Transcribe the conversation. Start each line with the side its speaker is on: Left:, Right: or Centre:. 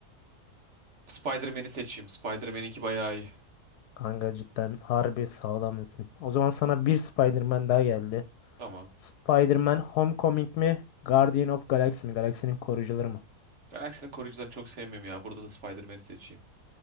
Right: Spider-Man'i seçeyim. Spider-Man'inki bayağı iyi.
Left: Kanka cidden harbi sağlam bir film. O zaman sana bir Spider-Man daha geldi.
Right: Tamam.
Left: Spider-Man Homecoming mi? Guardian of Galaxy mi? Galaksinin koruyucuları mı?
Right: Galaksinin koruyucularını çok sevmiyorum ya. Burada da Spider-Man'i seçeyim.